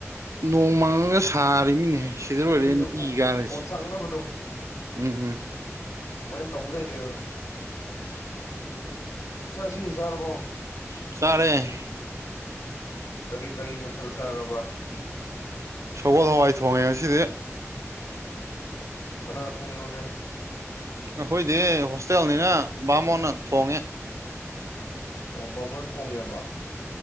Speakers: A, on the right; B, on the left.
A: ꯅꯣꯡ ꯃꯪꯉꯒ ꯁꯥꯔꯤꯃꯤꯅꯦꯍꯦ ꯁꯤꯗ ꯂꯣꯏꯔꯦꯅꯦ
B: ꯑꯗꯨꯅꯤ
A: ꯏ ꯀꯥꯔꯤꯁꯦ
B: ꯑꯣꯝꯆꯥꯛꯅꯕꯗꯣ
A: ꯎꯝ ꯎꯝ
B: ꯑꯗꯨꯃꯥꯏꯅ ꯇꯧꯕ ꯂꯩꯔꯦꯕ ꯆꯥꯛ ꯏꯁꯤꯡꯗꯤ ꯆꯥꯔꯕꯣ
A: ꯆꯥꯔꯦ
B: ꯀꯔꯤ ꯀꯔꯤ ꯃꯊꯦꯜ ꯆꯥꯔꯕ
A: ꯁꯒꯣꯜ ꯍꯋꯥꯏ ꯊꯣꯡꯉꯦ ꯉꯁꯤꯗꯤ
B: ꯀꯅꯥ ꯊꯣꯡꯉꯤꯅꯣꯅꯦ
A: ꯑꯩꯈꯣꯏꯗꯤ ꯍꯣꯁꯇꯦꯜꯅꯤꯅ ꯕꯥꯃꯣꯟꯅ ꯊꯣꯡꯉꯦ
B: ꯑꯣ ꯕꯥꯃꯣꯟꯅ ꯊꯣꯡꯉꯦꯕ